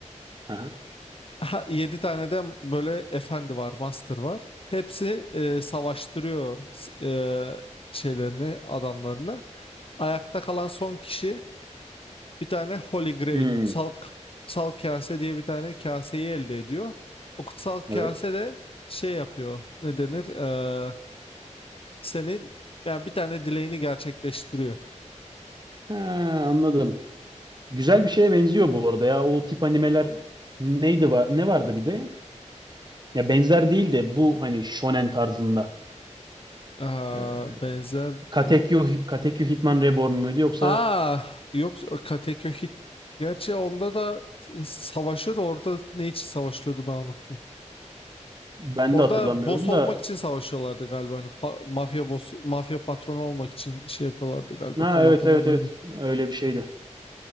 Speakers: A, on the right; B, on the left.
A: Aha.
B: Ha, 7 tane de böyle efendi var, master var. Hepsi e, savaştırıyor s- e, şeylerini, adamlarını. Ayakta kalan son kişi bir tane Holy Grail,
A: Hmm,
B: kutsal, kutsal kase diye bir tane kaseyi elde ediyor. O kutsal kase
A: evet.
B: de şey yapıyor. Ne denir? e, senin yani bir tane dileğini gerçekleştiriyor.
A: Ha, anladım. Güzel bir şeye benziyor bu arada ya. O tip animeler neydi var? Ne vardı bir de? Ya benzer değil de bu hani shonen tarzında.
B: Aa,
A: Ee,
B: benzer
A: Katekyo,
B: e,
A: Katekyo Hitman Reborn muydu yoksa
B: Aa yok Kateköy Gerçi onda da savaşıyordu. Orada ne için savaşıyordu ben unuttum.
A: ben
B: Orada
A: de hatırlamıyorum
B: boss olmak
A: da.
B: için savaşıyorlardı galiba. Hani pa- mafya boss, mafya patronu olmak için şey yapıyorlardı galiba.
A: Ha
B: Tam hatırlamıyorum.
A: evet evet evet öyle bir şeydi.